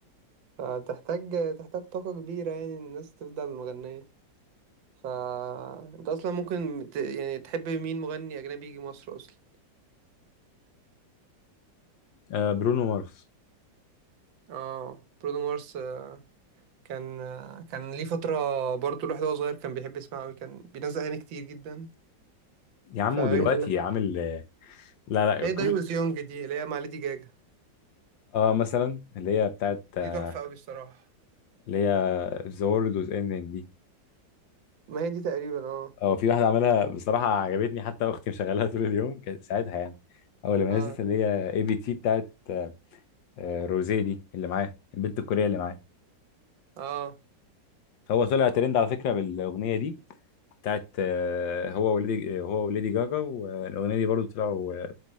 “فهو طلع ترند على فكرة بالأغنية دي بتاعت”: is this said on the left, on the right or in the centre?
Left